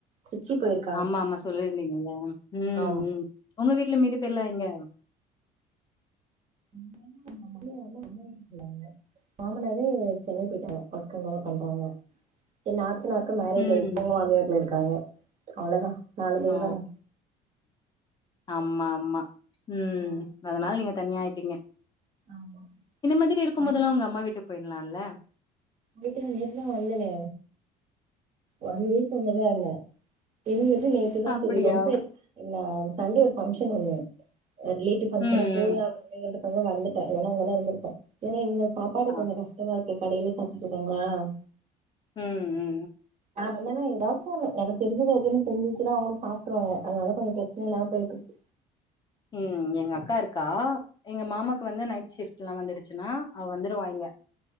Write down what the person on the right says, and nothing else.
சுச்சி பேயிரு
ஆமா
<inaudible> அம்மையானா அம்மாவீட்டு போறாங்க மாமனாரே சென்னை பேயிட்டாங்க ஒர்க் அங்கதா பண்றாங்க எ நாத்தனார்க்கு மேரேஜ்
ஆயிருச்சு அவுங்க மாமியா வூட்டுல இருக்காங்க அவ்ளதா நாலு பேரு
தான
ஆ
ஆமா
அன்
வீட்டுக்கு நேத்துலா வந்தனே ஒன் வீக் ஒண்ணதா இருந்த இருந்துட்டு நேத்துதா
செரி ரொம்ப எர்ச் இல்ல சண்டே ஒரு பங்க்ஷன் ஒண்ணு ரிலேட்டிவ் பங்ஷனா
போய்
அங் எடுத் தாங்க வந்துட்டே இல்லனா அங்கதா இருந்துருப்போ ஏன்னா இவுங்க சாப்பாடு
கொஞ்சோ கஷ்டமா இருக்கு கடையிலே அப்டிசொல்றாங்கலாவ்
ஆமா இல்லனா ஏதாவுச்சு ஒன்னு எனக்கு தெரிஞ்சத எதுன்னு செஞ்சு ச்சுனா அவுங்களே சாப்ட்ருவாங்க அதனால கொஞ்சோ பிரச்சன இல்லாம போய்ட்டு இருக்கு